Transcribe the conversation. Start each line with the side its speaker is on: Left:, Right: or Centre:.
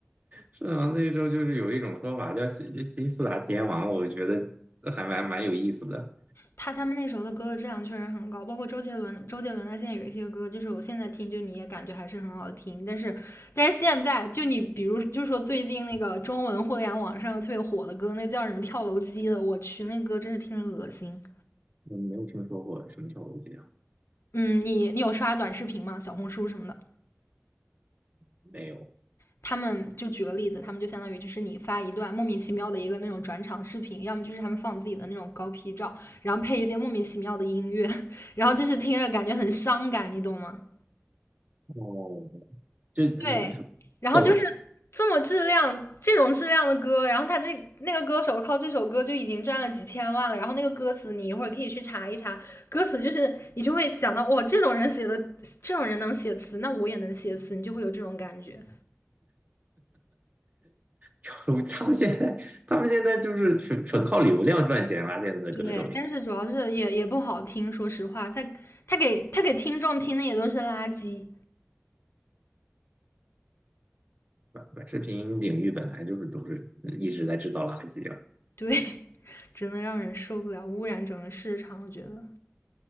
Right: 是啊，那时候就是有一种说法叫新新四大天王，我觉得还蛮蛮有意思的。
Left: 他他们那时候的歌的质量确实很高，包括周杰伦，周杰伦他现在有一些歌，就是我现在听，就你也感觉还是很好听。但是，但是现在就你比如就说最近那个中文互联网上特别火的歌，那叫什么跳楼机的，我去，那歌真是听着恶心。
Right: 我没有听说过什么跳楼机啊？
Left: 嗯，你你有刷短视频吗？小红书什么的？
Right: 没有。
Left: 他们就举个例子，他们就相当于就是你发一段莫名其妙的一个那种转场视频，要么就是他们放自己的那种高 P 照，然后配一些莫名其妙的音乐，<laughs> 然后就是听着感觉很伤感，你懂吗？
Right: 哦，就嗯抖
Left: 对，然后就是
Right: <laughs>
Left: 这么质量，这种质量的歌，然后他这那个歌手靠这首歌就已经赚了几千万了，然后那个歌词你一会儿可以去查一查，歌词就是你就会想到，哇，这种人写的，这种人能写词，那我也能写词，你就会有这种感觉。
Right: 跳楼，他们现在他们现在就是纯纯靠流量赚钱啦，现在的歌手是
Left: 对，但是主要是也也不好听，说实话，他他给他给听众听的也都是垃圾，
Right: 吧？短视频领域本来就是都是一直在制造垃圾啊，
Left: 对，<laughs> 真的让人受不了，污染整个市场，我觉得